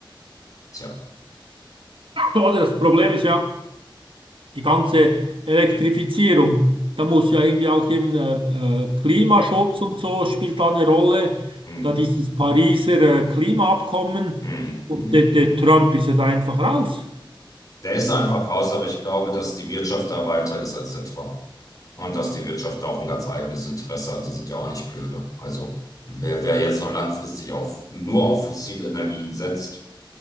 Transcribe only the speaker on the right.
oder das Problem ist ja die ganze Elektrifizierung. Da muss ja irgendwie auch eben, äh, äh, Klimaschutz und so spielt da eine Rolle.
Da dieses Pariser, äh, Klimaabkommen
und
der, der Trump ist ja da einfach raus.